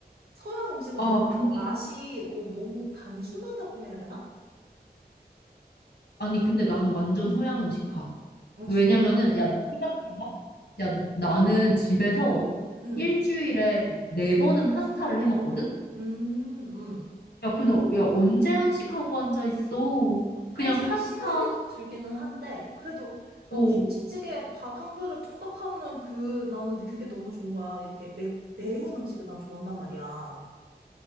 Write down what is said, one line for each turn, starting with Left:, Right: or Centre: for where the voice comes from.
Right: 서양 음식은
Left: 아,
Right: 너무
Left: 근데,
Right: 맛이 어, 너무 단순하다고 해야 되나?
Left: 아니, 근데 나는 완전
Right: 음.
Left: 서양 음식 파.
Right: 아,
Left: 왜냐면은
Right: 진짜? 어.
Left: 야, 너 생각해봐. 야, 나는 집에서
Right: 음.
Left: 일주일에 네 번은 파스타를 해 먹거든?
Right: 음. 음.
Left: 야, 근데 야, 언제 한식하고 앉아 있어? 그냥
Right: 한식에
Left: 파스타
Right: 시간이 더 들기는 한데, 그래도 아,
Left: 먹고
Right: 김치찌개에 밥 한 그릇 뚝딱 하면 그, 나는 그게 너무 좋은 거야. 이렇게 매, 매운 음식을 난 좋아한단 말이야.